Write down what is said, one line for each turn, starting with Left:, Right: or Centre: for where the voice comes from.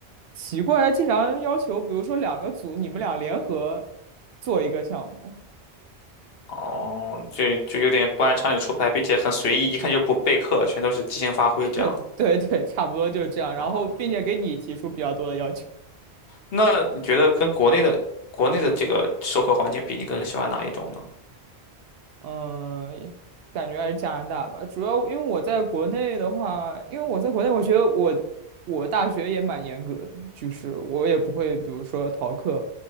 Right: 奇怪，经常要求，比如说两个组，你们俩联合做一个项目，
Left: 哦，就就有点不按常理出牌，并且很随意，一看就不备课，全都是即兴发挥这样的。
Right: <laughs> 对对，差不多就是这样。
Left: 哦，
Right: 然后，并且给你提出比较多的要求，
Left: 那你觉得跟国内的国内的这个授课环境比，你更喜欢哪一种呢？
Right: 嗯，也感觉还是加拿大吧。主要因为我在国内的话，因为我在国内，我觉得我我大学也蛮严格的，就是我也不会，比如说逃课，